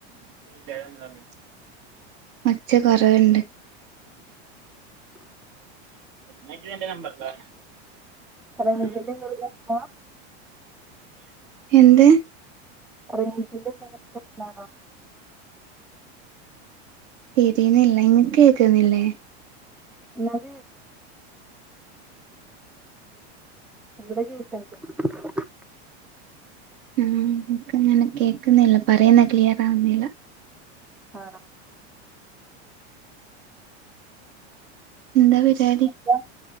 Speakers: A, on the right (about 50°); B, in the centre.
A: ആഹ് ഒച്ച കൊറേയെണ്ട് നജ്ല അന്റെ നമ്പറെന്താ
B: റേഞ്ച്ന്റെ എന്തെങ്കിലും പ്രശ്ന
A: എന്ത്‌?
B: റേഞ്ചിന്റെ എന്തെങ്കിലും പ്രശ്നാണോ?
A: തിരിയുന്നില്ല ഇങ്ങക്ക് കേക്കുന്നില്ലേ
B: എന്നാല് ഇവിടെ <unintelligible>
A: ഉം നിക്കങ്ങനെ കേക്കുന്നില്ല പറയുന്ന ക്ലിയർ ആവുന്നില്ല.
B: ആണ
A: എന്താ വിചാരി
B: <unintelligible>